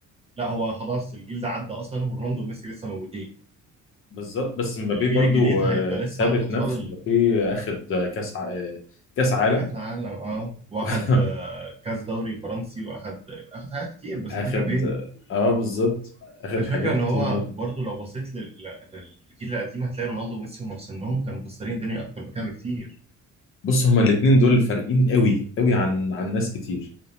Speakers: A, on the right; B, on the left.
A: لا هو خلاص الجيل ده عدى اصلا ورونالدو وميسي لسه موجودين
B: بالظبط بس مبابي
A: الجيل
B: برضو
A: الجديد هيبقى
B: آه،
A: لسه
B: ثابت
A: على الاطفال
B: نفسه مبابي اخد آه، كاس ع... آه، كاس عالم
A: كاس عالم اه واخد
B: <laughs>
A: آه، كاس دوري فرنسي واخد اخد حاجات كتير بس
B: اخد
A: الفكره فين
B: اه بالظبط اخد
A: الفكره
B: حاجات
A: ان
B: كتير
A: هو
B: برضو
A: برضو لو بصيت لل- للجيل القديم هتلاقي رونالدو وميسي هم في سنهم كانوا مكسرين الدنيا اكتر من كده بكتير
B: بص هما الاتنين دول فارقين قوي قوي عن عن ناس كتير